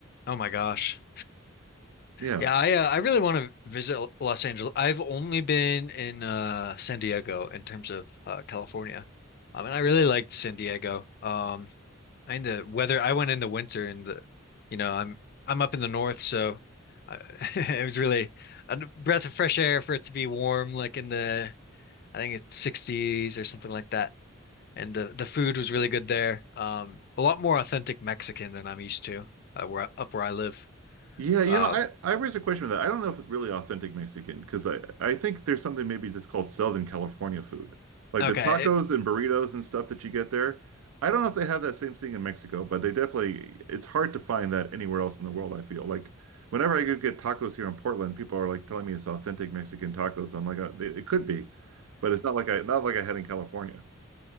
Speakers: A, on the left; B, on the right.
A: Oh my gosh.
B: Yeah.
A: Yeah, I uh, I really want to visit L- Los Angeles. I've only been in uh San Diego in terms of uh California. I mean, I really liked San Diego. Um, and the weather, I went in the winter and the, you know, I'm I'm up in the north, so I, <laughs> it was really a breath of fresh air for it to be warm, like in the I think it's 60s or something like that. And the the food was really good there. Um, a lot more authentic Mexican than I'm used to, uh, where up where I live.
B: Yeah, you
A: Uh,
B: know, I I raised a question with that. I don't know if it's really authentic Mexican because I I think there's something maybe just called Southern California food, like
A: okay.
B: the tacos and burritos and stuff that you get there. I don't know if they have that same thing in Mexico, but they definitely it's hard to find that anywhere else in the world, I feel. Like whenever I go get tacos here in Portland, people are like telling me it's authentic Mexican tacos. I'm like, uh, it it could be, but it's not like I not like I had in California.